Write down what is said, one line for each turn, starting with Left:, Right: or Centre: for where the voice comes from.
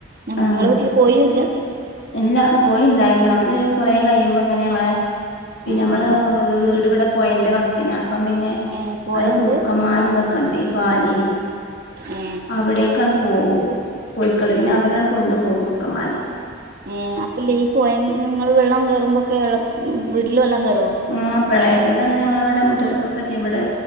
Right: നിങ്ങളെ
Left: ആഹ്
Right: വീട്ടില് കോഴിയും ഇല്ല
Left: ഇല്ല കോഴി ഉണ്ടായിരുന്നു അത് കൊറെ കഴിയുമ്പോ ഇങ്ങനെ നമ്മളെ പിന്നെ
Right: ആ
Left: നമ്മള്
Right: ആ
Left: വീട് ഇവിടെ പൊഴേന്റെ വക്കിനാ അപ്പം പിന്നെ
Right: ഏ പുഴയുണ്ട്
Left: അവടെ കുറുക്കന്മാരുതൊ ക്കണ്ട് ഈ പാലിൽ
Right: ഏ
Left: അവിടെക്കാണ് പോകും കോയിക്കള് പിന്നെ
Right: ഏ
Left: അവരാണ് കൊണ്ടുപോകും കുറുക്കന്മാര്
Right: ഏഹ് അപ്പംല്ലേ ഈ പൊയേ നിങ്ങള് വെള്ളം കേറുമ്പോക്കെ വെള്ളം വീട്ടില് വെള്ളം കേറുവോ
Left: ആഹ് പ്രളയത്തിന്റെന്ന് നമ്മളെ ഇവിടെ മുറ്റത്തക്കൊക്കെത്തി ഇവിടെ